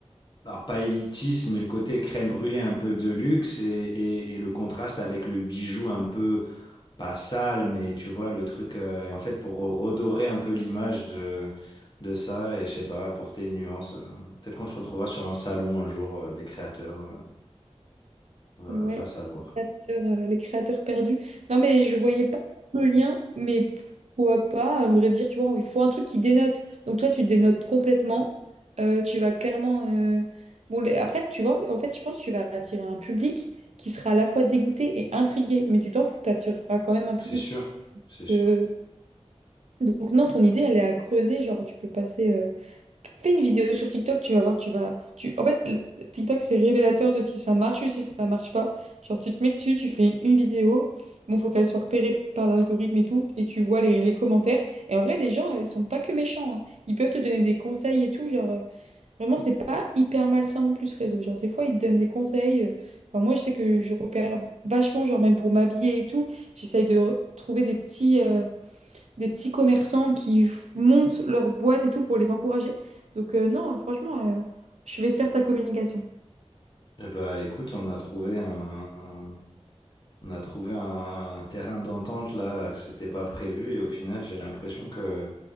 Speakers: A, on the left; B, on the right.
A: alors pas élitisme, mais le côté crème brûlée un peu de luxe et, et, et le contraste avec le bijou un peu, pas sale, mais tu vois, le truc. euh, et en fait, pour redorer un peu l'image de, de ça et je sais pas, apporter une nuance. euh, peut-être qu'on se retrouvera sur un salon un jour, euh, des créateurs, euh, va,
B: Ouais,
A: va savoir.
B: les créateurs, euh, les créateurs perdus. Non, mais je voyais pas le lien, mais pourquoi pas, à vrai dire, tu vois, il faut un truc qui dénote. Donc toi, tu dénotes complètement. euh, tu vas clairement. euh, Bon, les- après, tu vois, en fait, je pense que tu vas attirer un public qui sera à la fois dégoûté et intrigué, mais tu t'en fous, tu attireras quand même un public.
A: C'est sûr, c'est sûr.
B: Euh, Donc non, ton idée, elle est à creuser, genre tu peux passer. euh, Fais une vidéo sur TikTok, tu vas voir, tu vas. Tu... En fait, le- TikTok, c'est révélateur de si ça marche ou si ça marche pas. Genre, tu te mets dessus, tu fais une vidéo. Bon, faut qu'elle soit repérée par l'algorithme et tout, et tu vois les, les commentaires. Et en vrai, les gens, euh, ils sont pas que méchants. hein. Ils peuvent te donner des conseils et tout. Genre, euh, vraiment, c'est pas hyper malsain non plus ce réseau. Genre, des fois, ils te donnent des conseils. euh, Enfin, moi, je sais que je repère vachement, genre, même pour m'habiller et tout, j'essaye de re- trouver des petits. euh, des petits commerçants qui f- montent leur boîte et tout pour les encourager. Donc euh, non, franchement, euh, je vais te faire ta communication.
A: Eh ben, écoute, on a trouvé un, un- on a trouvé un, un terrain d'entente là, c'était pas prévu et au final, j'ai l'impression que